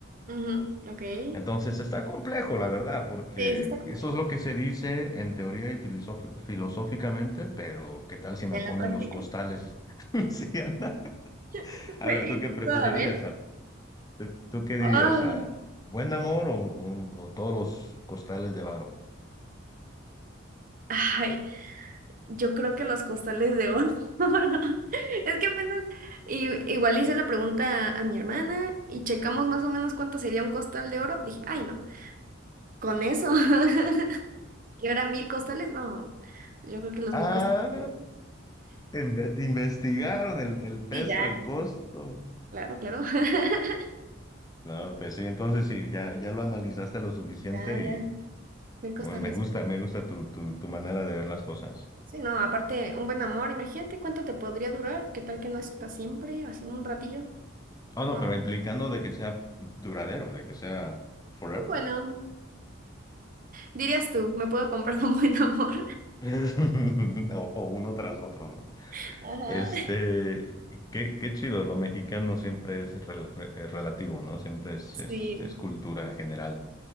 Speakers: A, on the right; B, on the left.
A: Ujú, ok. Sí,
B: Entonces está complejo, la verdad, porque
A: sí está complejo
B: eso es lo
A: porque
B: que se dice en teoría y filosof- filosóficamente, pero ¿qué tal si me
A: ya
B: ponen
A: en la práctica.
B: los costales? <laughs> Sí, anda.
A: <laughs>
B: A
A: Me
B: ver, ¿tú
A: gusta,
B: qué preferirías?
A: a ver.
B: Ah, ¿Tú, tú qué dirías?
A: Ay,
B: Ah, ¿Buen amor o, o- o todos los costales de varo?
A: ay, Yo creo que los costales de oro. <laughs> Es que apenas y igual le hice la pregunta a mi hermana y checamos más o menos cuánto sería un costal de oro. Dije, ay no, con eso. <laughs> Y ahora mil costales, no. Yo creo que los
B: Ah,
A: mil costales de oro.
B: inve- investigaron el, el peso,
A: Sí, ya,
B: el costo.
A: Claro, claro. <laughs>
B: No, pues sí, entonces sí, ya, ya lo analizaste lo suficiente
A: ya, ya.
B: y
A: Mil costales.
B: bueno, me gusta, me gusta tu, tu, tu manera de ver las cosas.
A: Sí, no, aparte, un buen amor, imagínate cuánto te podría durar. ¿Qué tal que no es para siempre? Así un ratillo.
B: Ah, no,
A: No.
B: pero implicando de que sea duradero, de que sea forever.
A: Bueno, dirías tú, me puedo comprar un buen amor.
B: <laughs> O, o uno tras otro, ¿no?
A: <laughs> Ajá.
B: Este, qué, qué chido, lo mexicano siempre es rel- eh, relativo, ¿no? Siempre es,
A: Sí.
B: es, es cultura general.